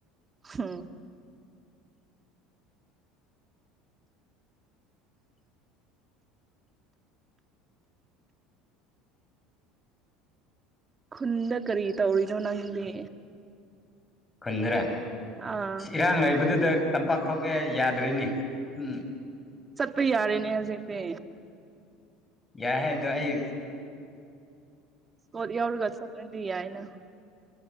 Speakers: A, on the right; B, on the left.
A: ꯍꯥ ꯈꯨꯟꯗ ꯀꯔꯤ ꯇꯧꯔꯤꯅꯣ ꯅꯪꯗꯤ
B: ꯈꯨꯟꯗ꯭ꯔꯥ
A: ꯑꯥ
B: ꯑꯁ ꯏꯔꯥꯡ ꯂꯩꯕꯗꯨꯗ ꯇꯝꯄꯥꯛ ꯊꯣꯛꯑꯦ ꯌꯥꯗ꯭ꯔꯤꯅꯤ ꯎꯝ
A: ꯆꯠꯄ ꯌꯥꯔꯦꯅꯦ ꯍꯧꯖꯤꯛꯗꯤ
B: ꯌꯥꯢ ꯍꯥꯢꯗꯣ ꯑꯩ
A: ꯄꫭꯠ ꯌꯥꯎꯔꯒ ꯆꯠꯄꯗꯤ ꯌꯥꯢꯌꯦꯅ